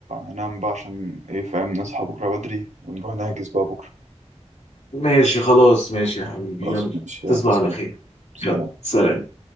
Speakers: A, on the right; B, on the left.
A: أنام بقى عشان إيه فاهم نصحى بكرة بدري ونروح نحجز بقى بكرة
B: ماشي خلاص ماشي يا حبيبي
A: خلاص
B: يلا
A: ماشي
B: تصبح
A: يلا سلام
B: على خير
A: سلام
B: يلا سلام